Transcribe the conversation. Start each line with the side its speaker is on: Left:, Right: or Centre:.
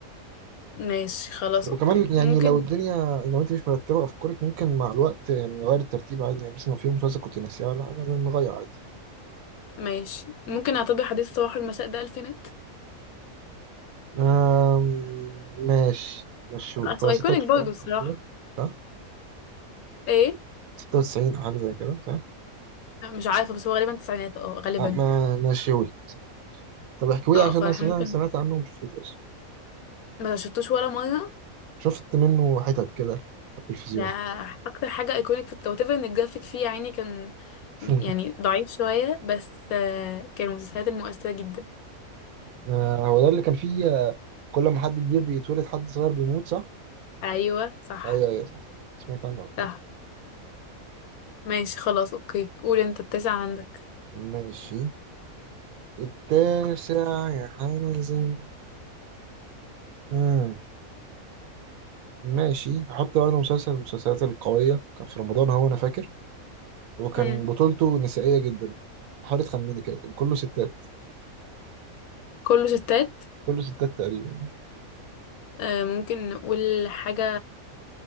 Left: ماشي خلاص
Right: وكمان
Left: اوكي
Right: يعني
Left: ممكن
Right: لو الدنيا لو انت مش مرتبه افكارك ممكن مع الوقت يعني نغير الترتيب عادي يعني مثلا لو في مسلسل كنت ناسيها ولا حاجه نغير عادي
Left: ماشي ممكن اعتبر حديث صباح المساء ده الفينات
Right: آم... ماشي مشيولك
Left: اصل
Right: هو
Left: ايكونيك
Right: 96
Left: برضه الصراحه
Right: تقريبا صح
Left: ايه
Right: 96 او حاجه زي كده صح
Left: لا، مش عارفه بس هو غالبا تسعينات اه غالبا
Right: آه ما مشيولك طب احكيولي
Left: اه
Right: عشان
Left: فاحنا
Right: انا سمعت
Left: ممكن
Right: سمعت عنه ومشفتوش اصلا
Left: ما شفتوش ولا مره
Right: شفت منه حتت كده على التلفزيون
Left: ده اكتر حاجه ايكونيك في التوتيفر ان الجرافيك فيه يا عيني كان
Right: <laughs>
Left: يعني ضعيف شويه بس آه كان من المسلسلات المؤثره جدا
Right: آه، هو ده اللي كان فيه كل ما حد كبير بيتولد حد صغير بيموت صح؟
Left: ايوه صح
Right: ايوه ايوه صح سمعت عنه قبل كده
Left: صح ماشي خلاص اوكي قول انت التاسع عندك
Right: ماشي التاسع يا حازم مم. ماشي هحط برضه مسلسل من المسلسلات القوية كان في رمضان هو أنا فاكر وكان
Left: امم
Right: بطولته نسائية جدا حاول تخمني كده كان كله ستات
Left: كله ستات
Right: كله ستات تقريبا
Left: آه ممكن نقول حاجة